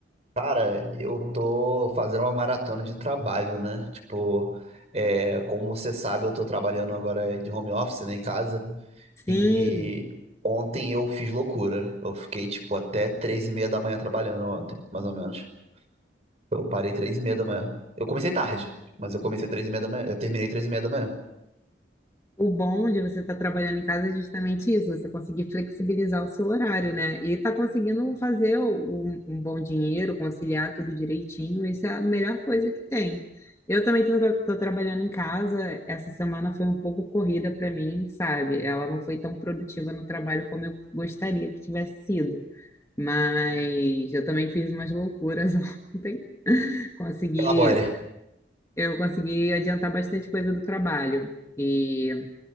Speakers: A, on the right; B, on the left.
A: Cara, eu tô fazendo uma maratona de trabalho, né? Tipo, é, como você sabe, eu tô trabalhando agora de home office, né, em casa.
B: Sim,
A: E ontem eu fiz loucura. Eu fiquei, tipo, até três e meia da manhã trabalhando ontem, mais ou menos. Eu parei três e meia da manhã. Eu comecei tarde, mas eu comecei três e meia da manhã. Eu terminei três e meia da manhã.
B: O bom de você estar trabalhando em casa é justamente isso, você conseguir flexibilizar o seu horário, né? E tá conseguindo fazer um, um bom dinheiro, conciliar tudo direitinho, isso é a melhor coisa que tem. Eu também tô, tra- tô trabalhando em casa, essa semana foi um pouco corrida para mim, sabe? Ela não foi tão produtiva no trabalho como eu gostaria que tivesse sido. Mas eu também fiz umas loucuras <laughs> ontem. Consegui,
A: Elabore.
B: eu consegui adiantar bastante coisa do trabalho. E